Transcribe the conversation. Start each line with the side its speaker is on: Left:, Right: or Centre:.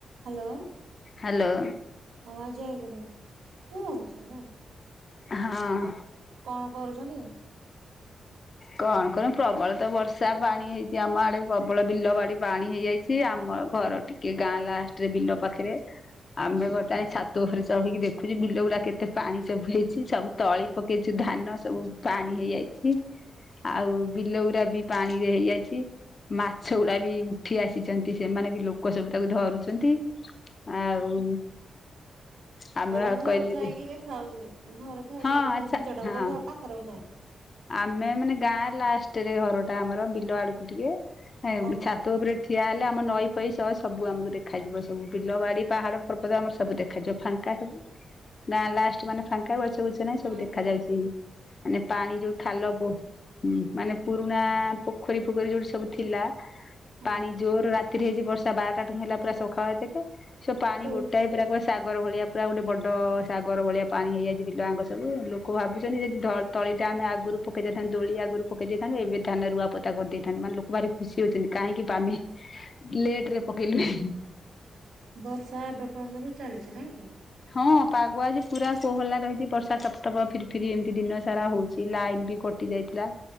Right: Hello.
Left: Hello.
Right: <unintelligible> ଆଉ କଣ?
Left: ହଁ
Right: କରୁଛନ୍ତି?
Left: କ କଣ ପ୍ରବଳ ତ ବର୍ଷା ପାଣି ହେଇଛି ଆମ ଆଡେ ପ୍ରବଳ ବିଲ ବାଡି ପାଣି ହେଇଯାଇ ଚି ଆମ ଘର ଟିକେ ଗାଁ ଲାଷ୍ଟରେ ବିଲ ପାଖରେ ଆମେ ଗୋଟାଏ ଛାତ ଉପରେ ଚଢିକି ଦେଖୁଛୁ ବିଲ ଗୁଡା କେତେ ପାଣି ସବୁ ହେଇଛି ସବୁ ତଳି ପକେଇଛୁ ଧାନ ସବୁ ପାଣି ହେଇଯାଇ ଆଉ ବିଲଉୁରା ବି ପାଣି ରେ ହେଇଯାଇଛି। ମାଛ ଗୁଡା ବି ଉଠି ଆସିଚନ୍ତି ସେମାନେ ବି ଲୋକ ସବୁ ତାକୁ ଧରୁଚନ୍ତି। ଆଉ ଆମର
Right: ମାନେ ଘରୁ
Left: କହିଲେ
Right: ଥାଇକି
Left: ଯେ
Right: ଦେଖାଉଡ଼ି ଘରେ ଥାଇକି
Left: ହଁ
Right: ବି ଦେଖା
Left: ଆଚ୍ଛା
Right: ବିଲଟା
Left: ହଁ
Right: ଗୋଟେ ଘର ପାଖରେ ବୋଧେ?
Left: ଆମେ ମାନେ ଗାଁ ଲାଷ୍ଟରେ ଘର ଟା ଆମର ବିଲ ଆଡକୁ ଟିକେ
Right: ଓହୋ
Left: ଛାତ ଉପରେ ଠିଆ ହେଲେ ଆମ ନଈ ଫଇ ସହ ସବୁ ଆମକୁ ଦେଖାଯିବ ସବୁ ବିଲବାଡି ପାହାଡ ପର୍ବତ ଆମର ସବୁ ଦେ ଖାଯ ଫାଙ୍କା ସବୁ ନା ଲାଷ୍ଟ ମାନେ ଫାଙ୍କା ବି ଅ ଟୁ ଚୂନା ସବୁ
Right: ହୁଁ
Left: ଦେଖାଯ
Right: ହୁଁ
Left: ଯାଉଛି ମାନେ ପାଣି ଯୋଉ ଖାଲ ବୋ ହୁଁ ମାନେ ପୁରୁଣା ପୋଖରୀ ଫୋଖରୀ ଯୋଉଠି ସବୁ ଥିଲା
Right: ହଁ।
Left: ପାଣି ଜୋର ରାତିରେ ହେଇଛି ବର୍ଷା ବାରଟା ଟୁ ହେଲା ପୁରା ସାଖାଳ ଟିକେ ସେ ପାଣି
Right: ହଉ।
Left: ଗୋଟା ଏ ପୁରା କ ସାଗର ଭଳିଆ ପୁରା ଗୋଟେ ବଡ଼ ସାଗର ଭଳିଆ ପାଣି ହେଇଯାଇଛି ବିଲଆଙ୍କ ସବୁ ଲୋକ ଭାବୁଛନ୍ତି ଯଦି ଧ ତଳି ଟା ଆମେ ଆ ଗରୁ ପକେଇ ଦେଥାନ ଦୋଳି ଆଗୁରୁ ପକେଇ ଦେଇଥାନ୍ତେ ଏବେ ଧାନ ରୁଆ ପୋତା କରିଦେଇଥାନ୍ ମାନେ ଲୋକ ଭାରି ଖୁସି ହଉଛନ୍ତି କାହିଁକି ତାମେ ଲେଟ ରେ ପକେଇଲୁ ହୁଁ।
Right: ବର୍ଷା ଏବେ ପର୍ଯ୍ୟନ୍ତ ବି ଚାଲିଛି ନାଇଁ କି?
Left: ହଁ ପାଗୁଆଜି ପୁରା କୋହଲା ରହିଛି ବର୍ଷା ଟପଟପ ଫିରି ଫିରି ଏମିତି ଦିନ ସାରା ହଉଛି ଲାଇନ ବି କ ଟି ଯାଇଥିଲା